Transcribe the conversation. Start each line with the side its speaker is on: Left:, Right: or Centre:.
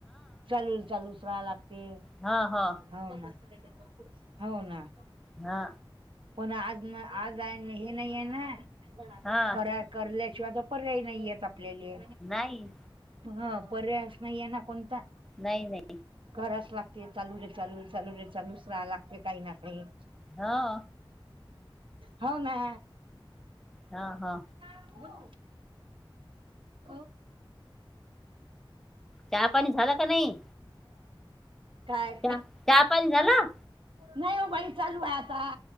Right: चालूला चालूच राहा लागते.
Centre: हा हा.
Right: हाव ना, हाव ना.
Centre: हा.
Right: पण आज नआज आहे हे नाही आहे ना,
Centre: हा
Right: करया करल्याशिवाय तर पर्याय नाहीयेत आपल्याले.
Centre: नाही
Right: हा पर्यायच नाही आहे ना कोणता.
Centre: नाही नाही
Right: कराच लागते चालू रे चालू, चालू रे चालूच राहा लागतेय काही ना काही.
Centre: हो
Right: हाव ना.
Centre: हा, हा.
Right: काकू, बोल, बोल. <inaudible>
Centre: चहा पाणी झालं का नाही
Right: काय,
Centre: चहा चहा पाणी झालं
Right: नाही वो बाई चालू हाय आता.